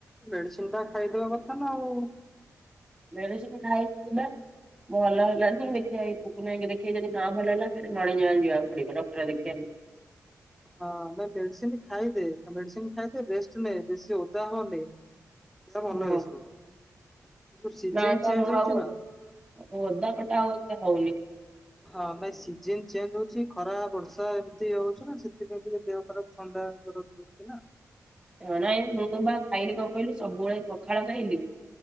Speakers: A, in the centre; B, on the right.
A: ମେଡିସିନ କଣ ଖାଇଦେବା କଥା ନା ଆଉ
B: ମେଡିସିନ୍ ଖାଇଛି ବା। ଭଲ ହେଲାନି ଦେଖିବା ଏଇ ପୁପୁନୁ ଭାଇ ଙ୍କୁ ଦେଖେଇ ଯଦି ନ ଭଲ ହେଲା ପୁଣି <unintelligible> ଯା ଯିବାକୁ ପଡିବ ଡକ୍ଟର ଦେଖେଇବାକୁ।
A: ହଁ ମେ ମେଡିସିନ ଖାଇଦେ ମେଡିସିନ ଖାଇଦେ ରେଷ୍ଟ୍ ନେ ବେଶୀ ଓଦା ହଅନି। ସେ ଭଲ
B: ହଁ
A: ହେଇଯିବ। ଯୋଉ ସିଜିନ
B: ନାଇଁ ବା
A: ଚେଞ୍ଜ
B: ମୁଁ
A: ହଉଚି
B: ଆଉ
A: ନା
B: ଓଦା ପଟା ଆଉ ଏତେ ହଉନି।
A: ହଁ ନାଇଁ ସିଜିନ ଚେଞ୍ଜ ହଉଚି ଖରା ବର୍ଷା ଏମିତି ହଉଚି ନା ସେଥିପାଇଁ ଟିକେ ଦେହ ଖରାପ ଥଣ୍ଡା <unintelligible> ଚି ନା?
B: ଏ ଅଣା ଏ ବୋ ବା ଖାଇଲି କଁ କହିଲୁ ସବୁବେଳେ ପଖାଳ ଖାଇଲି